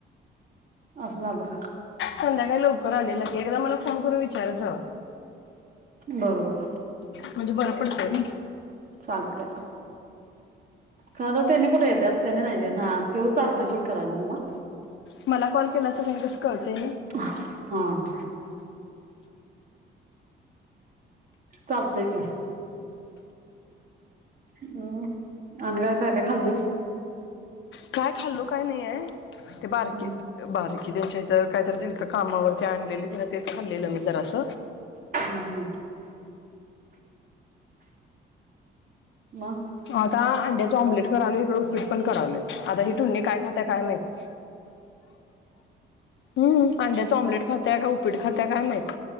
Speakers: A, on the right; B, on the left.
A: असणार ना.
B: संध्याकाळी लवकर आलेलं की एकदा मला फोन करून विचारत जावा.
A: बर -बर.
B: म्हणजे बरं पडतंय ना.
A: चालतय..... खरं त्याने कुठे येत्यात आ.... त्यांने नाहीत येत. हा..... ते चालतय सोड. करायला मला.
B: मला कॉल केला असं सगळ्यांना कसं कळतय नाही.
A: हम्म...... चालतंय की. ह.... अणि काय - काय -काय खाल्लस.
B: काय खाल्लो काय नाहीये. ते बारकि....
A: हम्म
B: बारकीन त्यांच्या इथं काय तर दिलत कामावरती आणलेली तिंन तेच खाल्लेलं मी जरा स...
A: हम्म.. म
B: आता अंड्याच ऑम्लेट करायलुय इकडें उपीट पण करालोय आता ही ठोणी काय खात्या काय माहित. हम्म..... अंड्याच ऑम्लेट खात्या का उपीट खात्या काय माहित.